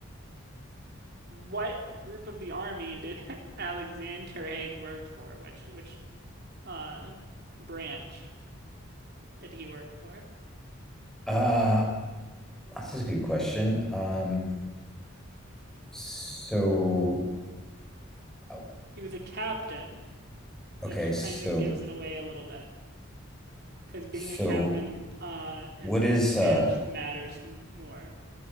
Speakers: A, on the right; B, in the centre.
A: what group of the army did <laughs> Alexander Haig work for? Which which uh branch did he work for?
B: uh that's a good question. Um so uh,
A: He was a captain, which
B: okay, so
A: kind of gives it away a little bit. because being
B: so
A: a captain uh in
B: what
A: this
B: is
A: branch
B: uh
A: matters m more